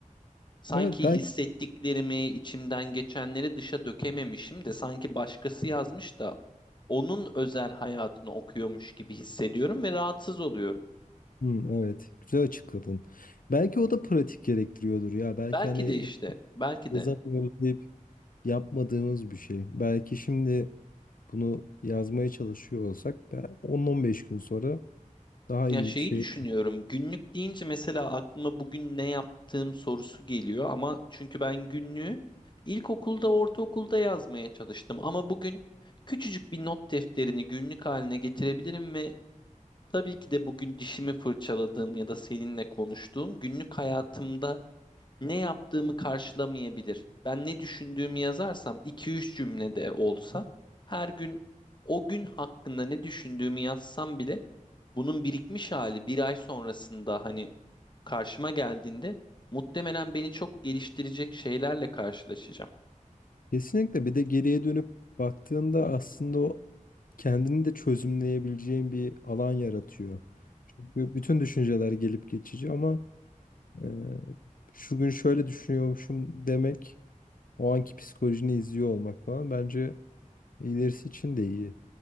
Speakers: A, on the left; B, on the left.
A: Sanki
B: Evet belki
A: hissettiklerimi, içimden geçenleri dışa dökememişim de sanki başkası yazmış da onun özel hayatını okuyormuş gibi hissediyorum ve rahatsız oluyorum.
B: Hı, evet güzel açıkladın. Belki o da pratik gerektiriyordur ya. Belki
A: Belki
B: hani
A: de işte, belki
B: yazamıyoruz
A: de.
B: deyip yapmadığımız bir şey. Belki şimdi bunu yazmaya çalışıyor olsak be- 10-15 gün sonra daha iyi
A: Ya şeyi
B: bir şey.
A: düşünüyorum. Günlük deyince mesela aklıma bugün ne yaptığım sorusu geliyor ama çünkü ben günlüğü ilkokulda, ortaokulda yazmaya çalıştım ama bugün küçücük bir not defterini günlük haline getirebilirim ve tabii ki de bugün dişimi fırçaladığım ya da seninle konuştuğum günlük hayatımda ne yaptığımı karşılamayabilir. Ben ne düşündüğümü yazarsam 2-3 cümlede olsa her gün o gün hakkında ne düşündüğümü yazsam bile bunun birikmiş hali bir ay sonrasında hani karşıma geldiğinde muhtemelen beni çok geliştirecek şeylerle karşılaşacağım.
B: Kesinlikle bir de geriye dönüp baktığında aslında o kendini de çözümleyebileceğin bir alan yaratıyor. Çünkü bütün düşünceler gelip geçici ama e, şu gün şöyle düşünüyormuşum demek o anki psikolojini izliyor olmak falan bence ilerisi için de iyi.